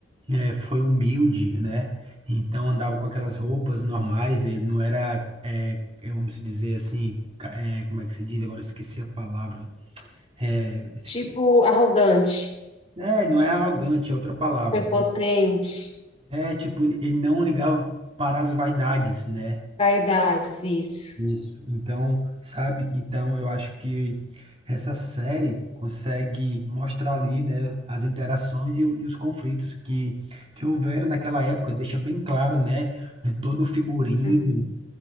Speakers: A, on the right; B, on the left.
A: é, foi humilde, né? Então andava com aquelas roupas normais, né? ele não era, é, é, vamos dizer assim, ca- é, como é que se diz? Agora eu esqueci a palavra. É, esse-
B: Tipo arrogante,
A: é, não é arrogante, é outra palavra.
B: prepotente,
A: É tipo, ele não ligava para as vaidades, né?
B: vaidades, isso.
A: Isso. Então, sabe? Então, eu acho que essa série consegue mostrar ali, né, as interações e, o- e os conflitos que, que houveram naquela época. Deixa bem claro, né, todo o figurino,
B: Uhum,